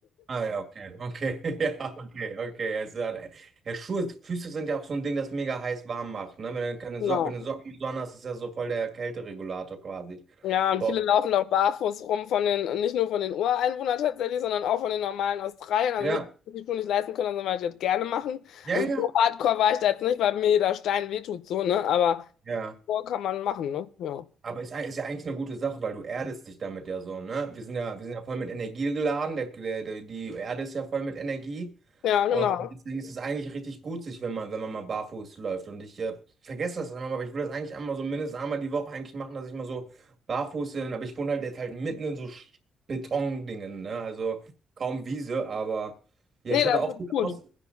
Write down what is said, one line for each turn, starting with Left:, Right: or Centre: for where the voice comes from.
Right: Ah ja, okay, okay, <laughs> ja, okay, okay. Also, äh, ja, Schuhe, Füße sind ja auch so ein Ding, das mega heiß warm macht, ne? Wenn du keine
Left: Genau.
Right: Socken, wenn du Socken und so an hast, ist ja so voll der Kälteregulator quasi.
Left: Ja, und
Right: Boah.
Left: viele laufen auch barfuß rum von den, nicht nur von den Ureinwohnern tatsächlich, sondern auch von den normalen Australiern, also
Right: Ja,
Left: nicht, die die Schuhe nicht leisten können, sondern weil die das gerne machen.
Right: ja,
Left: Also
Right: ja,
Left: so hardcore war ich da jetzt nicht, weil mir jeder Stein wehtut, so, ne, aber
Right: ja.
Left: so kann man machen, ne, ja.
Right: Aber ist, ei- ist ja eigentlich eine gute Sache, weil du erdest dich damit ja so, ne? Wir sind ja, wir sind ja voll mit Energie geladen, der, der, der, die Erde ist ja voll mit Energie.
Left: Ja,
Right: Und
Left: genau.
Right: deswegen ist es eigentlich richtig gut, sich, wenn man, wenn man mal barfuß läuft. Und ich äh, vergesse das immer, aber ich will das eigentlich einmal so mindestens einmal die Woche eigentlich machen, dass ich mal so barfuß bin. Aber ich wohne halt jetzt halt mitten in so Sch- Betondingen, ne? Also kaum Wiese, aber ja,
Left: Nee,
Right: ich
Left: das
Right: hatte auch
Left: tut
Right: viel
Left: gut.
Right: aus.